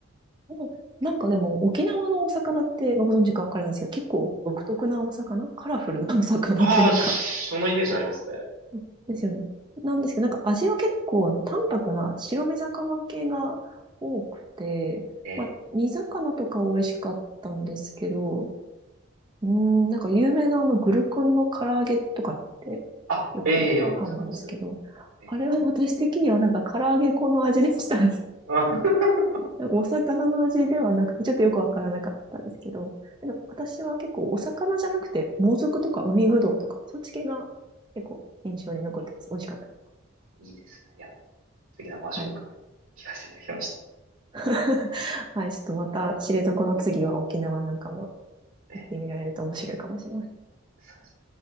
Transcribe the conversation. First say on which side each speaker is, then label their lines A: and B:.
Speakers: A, on the right; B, on the right.
A: うんなんかでも沖縄のお魚ってご存知かわからないですけど、結構独特なお魚、カラフルなお魚というか、
B: ああ、そのイメージありますね。
A: <laughs> ですよね。なんですけど、なんか味は結構あの淡白な白身魚系が多くて、
B: ええ。
A: まあ、煮魚とか美味しかったんですけど、うーん、なんか有名なあのグルクンの唐揚げとかって
B: あ、
A: よくあるんですけど、
B: ええ、わかりますわかります。ええ。
A: あれは私的にはなんか唐揚げ粉の味でした。<laughs>
B: あ <laughs>
A: お魚の味ではなくて、ちょっとよくわからなかったんですけど、でも私は結構お魚じゃなくて、モズクとか海ぶどうとか、そっち系が結構印象に残ってます。美味しかったです。
B: いいですね。いや、素敵なお話を伺い聞かせていただきました。
A: はい。<laughs> はい、ちょっとまた知床の次は沖縄なんかも
B: ええ、
A: 行ってみられると面白いかもしれません。
B: そうです。